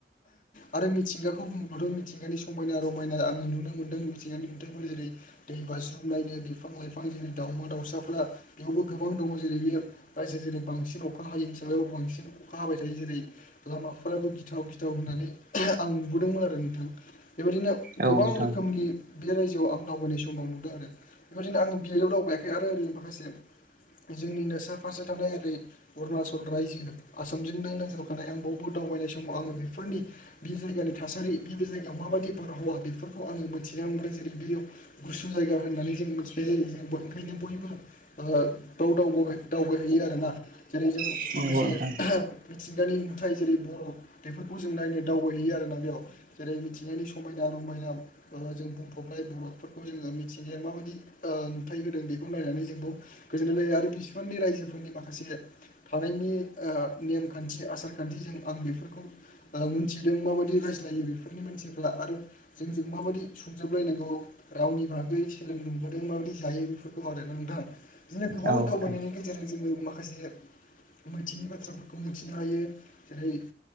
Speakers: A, on the left; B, on the right.
A: आरो मिथिंगा खौ बुङोबाथ' मिथिंगानि समायना रमायना आङो नुनो मोनदों मिथिंगानि नुथायफोर जेरै दै बाज्रुमनायनो बिफां लाइफां जेरै दाउमा दाउसाफ्रा बेयावबो गोबां दङ जेरै बे रायजो जेरै बांसिन अखा हायो हिसाबैबो बांसिन अखा हाबाय थायो जेरै लामाफोराबो गिथाव गिथाव होननानै आं नुबोदोंमोन आरो नोंथां बेबायदिनो
B: औ
A: गोबां
B: नोंथां
A: रोखोमनि बे रायजोआव आं दावबायनाय समाव नुदों आरो बेबायदिनो आं बियावल' दावबायाखै आरो ओरै माखासे जोंनिनो सा फारसे थानाय ओरै अरुणाचल रायजो आसामजोंनो नांजाबखानाय आं बावबो दा दावबायनाय समाव आङो बेफोरनि बि जायगानि थासारि बे जायगायाव माबादि बारहावा बेफोरखौ आङो मिथिना मोनदों जेरै बेयाव गुसु जायगा होननानै जों मिथिनाय जायो जों ओंखायनो बयबो बाव दावबायहैयो आरोना जेरै जों
B: नंगौ
A: माखासे
B: नोंथां
A: बिथिं <unintelligible> जेरै बरफ बेफोरखौ जों नायनो दावबायहैयो आरोना जेरै मिथिंगानि समायना रमायना जों बुंफबनाय बरफफोरखौ जोङो मिथिगाया माबादि नुथाय होदों बेखौ नायनानै जोंबो गोजोननाय लायो आरो बिसिबांनि रायजोफोरनि माखासे थानायनि ओ नेमखान्थि आसार खान्थिजों आं बेफोरखौ मोनथिदों माबायदि जायो बेफोरनि मानसिफ्रा आरो जोंजों माबायदि सुंजोबलायनांगौ रावनि बागै सोलोंनो मोनबोदों माबायदि जायो बेफोरखौ आरो नोंथां बिदिनो गोबां
B: औ नोंथां
A: दावबायनायनि गेजेरजों जोङो माखासे मोनथियि बाथ्राफोरखौ मिथिनो हायो जेरै